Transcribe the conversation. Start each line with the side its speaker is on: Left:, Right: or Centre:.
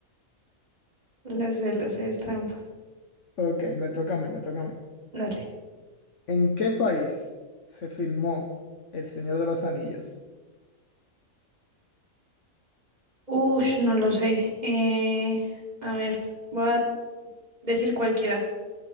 Right: Lo sé, lo sé, es trampa.
Left: Ok, me toca a mí, me toca a mí.
Right: Dale.
Left: ¿En qué país se filmó El Señor de los Anillos?
Right: Ush, no lo sé. Eh, a ver, voy a decir cualquiera.